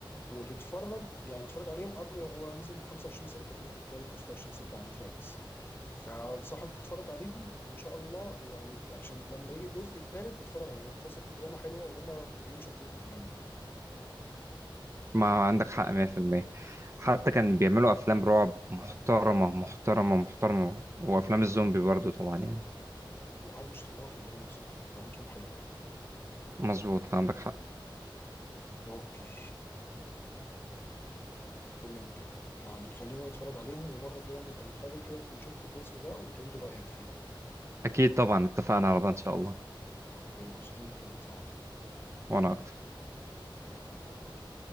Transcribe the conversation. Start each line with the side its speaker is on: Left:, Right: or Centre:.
Left: وتتفرج يعني تتفرج عليهم قبل هو نزل ب 25 6 الجزء الثالث او 26 6 على نتفليكس فانصحك تتفرج عليهم وان شاء الله يعني ت- عشان لما يجي الجزء الثالث تتفرج عليه هو مسلسل فيه دراما حلوه وهم كوريين شاطرين في الدراما
Right: ما عندك حق 100% حتى كان بيعملوا افلام رعب محترمه محترمه محترمه وافلام الزومبي برضو طبعا يعني
Left: لا هم شاطرين قوي في الدراما بصراحه درامتهم حلوه يعني
Right: مظبوط عندك حق
Left: اوكي تمام كده يعني خلينا نتفرج عليهم ومره الجايه نبقى نتقابل كده نكون شفت الجزء ده وتقول لي رايك فيه
Right: أكيد طبعا اتفقنا على ده إن شاء الله
Left: اوكي مبسوط اني اتكلمت معاك
Right: وأنا أكتر
Left: اوكي باي باي